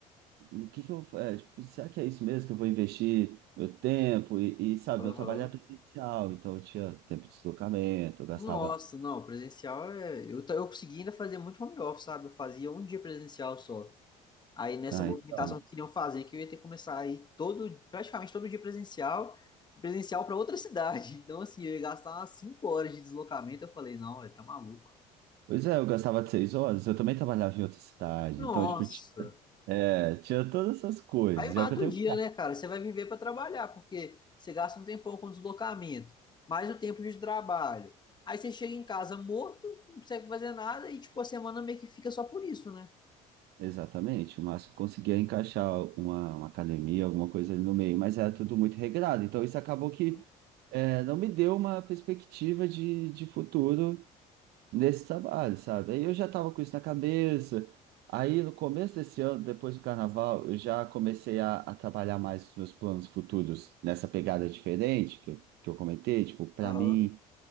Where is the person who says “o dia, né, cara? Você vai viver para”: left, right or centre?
Left